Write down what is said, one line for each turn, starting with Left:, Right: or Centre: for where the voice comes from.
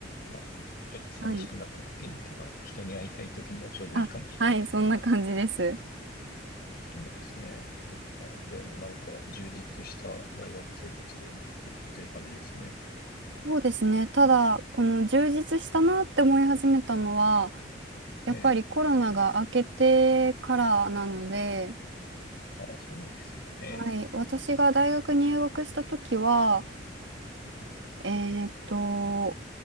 Left: なるほど。ちょっと寂しくなった時にとか、
Right: はい。
Left: 人に会いたい時にはちょうどいいかもしれないですね。
Right: あ、はい、そんな感じです。
Left: そうなんですね。そっかでもなんか充実した大学生活を送ってる感じですね。
Right: そうですね。ただ、この充実したなって思い始めたのは、やっぱりコロナが明けてからなので、
Left: ええ、ああ、そうですよね。
Right: はい、私が大学入学した時は、えーっと、